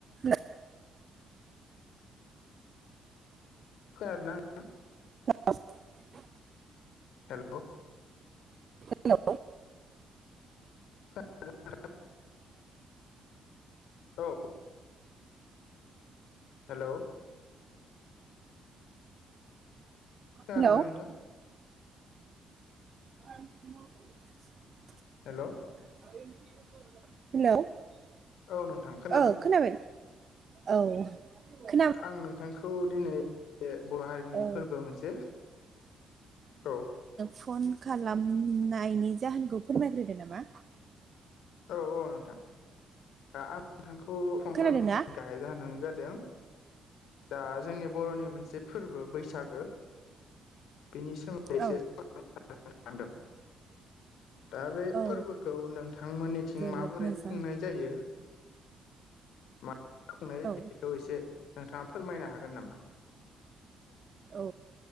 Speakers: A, on the right; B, on the left.
A: हो
B: खोनादोना <unintelligible>
A: <unintelligible>
B: hello
A: hello
B: खो <unintelligible> औ हेलौ खोना
A: हेलौ
B: दोना नोंथां?
A: <unintelligible> <unintelligible>
B: हेल'
A: <unintelligible> हेलौ ओ
B: औ नोंथां खोनादों
A: खोनाबाय? औ खोनाबाय
B: आं नोंथांखौ दिनै बे बर' हारिनि
A: औ
B: फोरबो मोनसे औ
A: पन खालामनायनि जाहोनखौ फोरमाय ग्रोदो नामा।
B: औ औ नोंथां। दा आं नोंथांखौ फन
A: खोनादोंना
B: खालाम गाहाय जाहोनानो जादों। जा जोंनि बर'नि मोनसे फोरबो बैसागो बिनि सोमोन्दैसो
A: औ
B: <unintelligible> दा बे
A: औ
B: फोरबोखौ नोंथांमोनिथिं
A: जोबोद
B: माबोरै
A: मोजां
B: खुंनाय जायो? मा खुंनाय जायो।
A: औ
B: बिखौ एसे नोंथाङा फोरमायनो हागोन नामा?
A: औ